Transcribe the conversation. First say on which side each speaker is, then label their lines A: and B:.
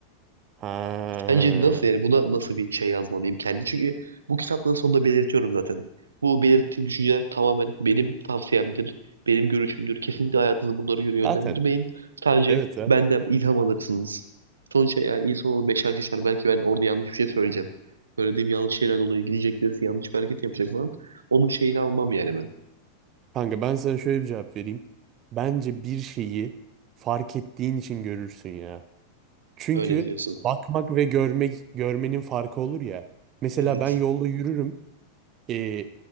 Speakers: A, on the right (about 30°); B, on the right (about 70°).
A: Ha.
B: Bence nasıl yani buna nasıl bir şey yazmalıyım kendi? Çünkü bu kitaptan sonunda belirtiyorum zaten. Bu belirttiğim düşünceler tamamen benim tavsiyemdir, benim görüşümdür. Kesinlikle hayatınızı bunlara göre yönlendirmeyin.
A: Zaten.
B: Sadece
A: Evet zaten.
B: benden ilham alırsınız. Sonuçta yani insanoğlu beşer şişer. Belki ben orada yanlış bir şey söyleyeceğim. Söylediğim yanlış şeyler dolayı gidecek birisi yanlış bir hareket yapacak falan. Onun şeyini almam yani ben.
A: Kanka ben sana şöyle bir cevap vereyim. Bence bir şeyi fark ettiğin için görürsün ya. Çünkü
B: Öyle biliyorsun.
A: bakmak ve görmek görmenin farkı olur ya. Mesela
B: Evet.
A: ben yolda yürürüm. E,